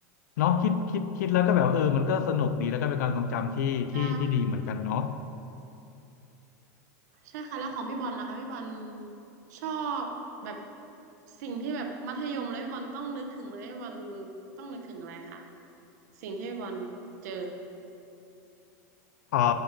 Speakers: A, on the left (about 80°); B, on the right (about 70°).
A: เนาะคิดคิดคิดแล้วก็แบบว่าเออมันก็สนุกดีแล้วก็เป็นการทรงจำที่ที่ที่ดีเหมือนกันเนาะ
B: ใช่ ใช่ค่ะแล้วของพี่บอลล่ะคะพี่บอลชอบแบบสิ่งที่แบบมัธยมแล้วพี่บอลต้องนึกถึงเลยพี่บอลต้องนึกถึงอะไรคะสิ่งที่พี่บอลเจอ
A: เอ่อ